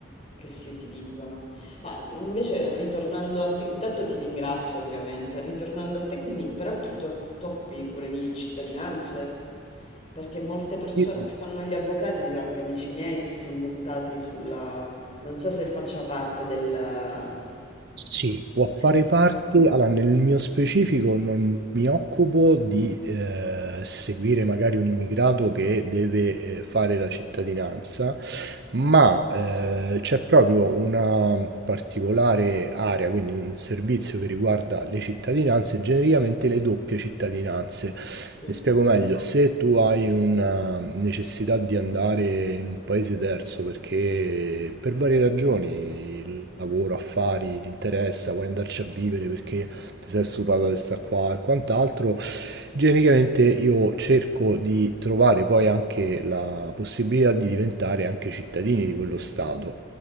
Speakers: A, on the left; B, on the right.
A: che si utilizzano. Ma invece ritornando a te, intanto ti ringrazio ovviamente, ritornando a te, quindi però tu to- ti occupi pure di cittadinanze, perché molte persone
B: Io-
A: che fanno gli avvocati, cioè anche amici miei, si sono buttati sulla... Non so se faccia parte del...
B: Sì, può fare
A: del-
B: parte, allora nel mio specifico non mi occupo di eh, seguire magari un immigrato che deve eh, fare la cittadinanza, ma eh, c'è proprio una particolare area, quindi un servizio che riguarda le cittadinanze, genericamente le doppie cittadinanze.
A: Sì,
B: Mi spiego meglio, se tu hai una necessità di andare in un paese terzo perché per varie ragioni, il lavoro, affari, ti interessa, vuoi andarci a vivere perché ti sei stufato di stare qua e quant'altro, Genericamente io cerco di trovare poi anche la possibilità di diventare anche cittadini di quello stato